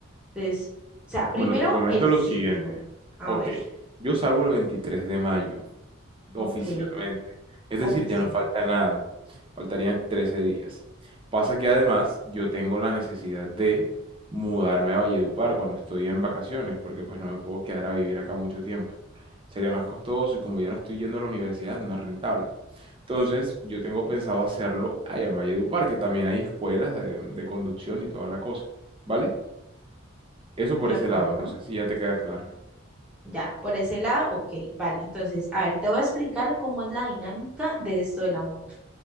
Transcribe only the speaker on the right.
Bueno, te comento
lo
siguiente.
Ok,
yo salgo
el 23 de mayo.
oficialmente. Es
decir, ya no falta nada. Faltarían 13 días. Pasa que además yo tengo la necesidad de mudarme a Valledupar cuando estoy en vacaciones, porque pues no me puedo quedar a vivir acá mucho tiempo. Sería más costoso y como ya no estoy yendo a la universidad, no es rentable. Entonces, yo tengo pensado hacerlo allá en Valledupar, que también hay escuelas de, de conducción y toda la cosa. ¿Vale? Eso
por
ese lado, no sé si ya te queda claro.